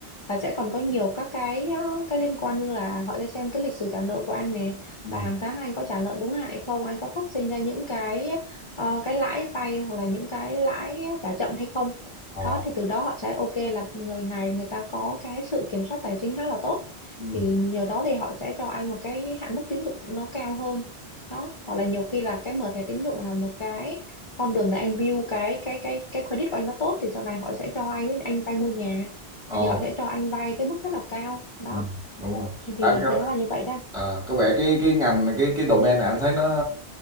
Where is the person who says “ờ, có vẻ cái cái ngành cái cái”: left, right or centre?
Centre